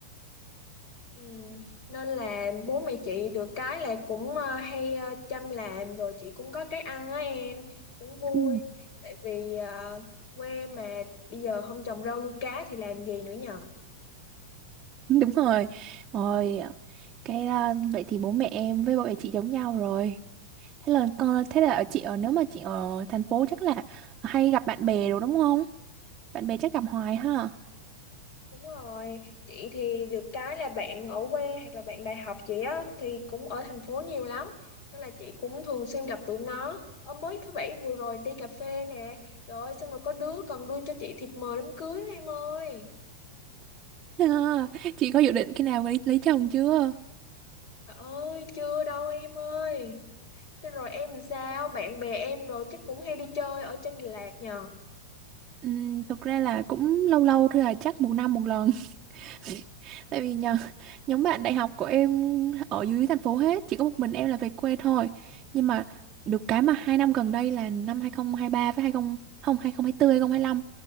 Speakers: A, on the left; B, on the right.
A: ừ. nên là bố mẹ chị được cái là cũng ờ, hay ờ, chăm làm rồi chị cũng có cái ăn á em cũng vui
B: ừ
A: tại vì ờ, quê mà bây giờ không trồng rau nuôi cá thì làm gì nữa nhờ
B: Đúng rồi. Rồi cái à, vậy thì bố mẹ em với bố mẹ chị giống nhau rồi. Thế là con thế là ở chị ở nếu mà chị ở thành phố chắc là hay gặp bạn bè đồ đúng không? Bạn bè chắc gặp hoài ha. <laughs>
A: Đúng rồi, chị thì được cái là bạn ở quê hoặc là bạn đại học chị á thì cũng ở thành phố nhiều lắm. Nên là chị cũng thường xuyên gặp tụi nó. Ở mới thứ bảy vừa rồi đi cà phê nè. Trời ơi, xong rồi có đứa còn đưa cho chị thiệp mời đám cưới đó em ơi.
B: À, chị có dự định khi nào lấy, lấy chồng chưa?
A: Trời ơi, chưa đâu em ơi. Thế rồi em làm sao? Bạn bè em rồi chắc cũng hay đi chơi ở trên Đà Lạt nhờ.
B: Ừm, thực ra là cũng lâu lâu thôi à, chắc một năm một lần. <laughs> Tại vì nhờ, <laughs> nhóm bạn đại học của em ở dưới thành phố hết, chỉ có một mình em là về quê thôi. Nhưng mà được cái mà hai năm gần đây là năm 2023 với 20 không 2024 lăm